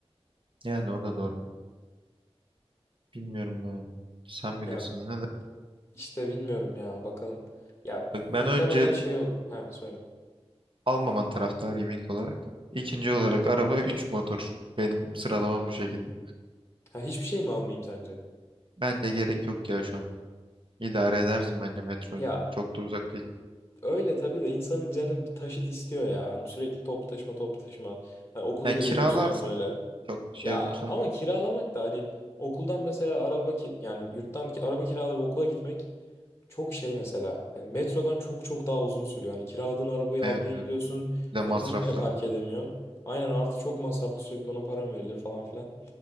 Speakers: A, on the right; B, on the left.
A: Yani o da doğru. Bilmiyorum ya. Sen bilirsin
B: Ya
A: yine de.
B: işte bilmiyorum ya bakalım. Ya
A: Bak ben
B: muhtemelen
A: önce
B: şey ol. Ha söyle.
A: almaman taraftarıyım ilk olarak. İkinci olarak araba 3 motor. Benim sıralamam bu şekilde.
B: Ha hiçbir şey mi almayayım sence?
A: Bence gerek yok ya şu an. İdare edersin bence metroyla.
B: Ya
A: Çok da uzak değil.
B: öyle tabii de insanın canı bir taşıt istiyor ya. Hani sürekli toplu taşıma toplu taşıma. Hani okulda
A: Ya
B: da
A: kiralarsın.
B: görüyorsun hani böyle.
A: Çok şey
B: Ya
A: olursa.
B: ama kiralamak da hani okuldan mesela araba ki yani yurttan ki araba kiralayıp okula gitmek çok şey mesela. Hani metrodan çok çok daha uzun sürüyor. Hani kiraladığın arabayı
A: Evet
B: almaya gidiyorsun.
A: evet. Bir de masraflı.
B: Okulun içine park edemiyorsun. Aynen artı çok masraflı sürekli ona para mı verilir falan filan.